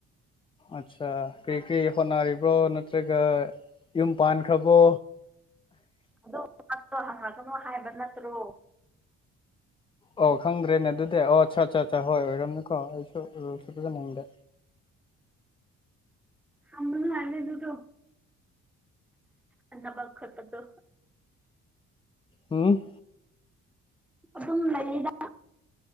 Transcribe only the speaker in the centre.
ꯑꯗꫭ ꯋꯥꯗꫭ ꯍꯪꯉꯛꯀꯅꫭ ꯍꯥꯏꯕ ꯅꯠꯇ꯭ꯔꯣ꯫
ꯑꯃꯅ ꯍꯥꯏꯗ ꯑꯗꯨꯗꯣ ꯑ ꯅꯕ ꯈꯔꯄꯠꯇꯣ
ꯑꯗꯨꯝ ꯂꯩꯅꯤꯗ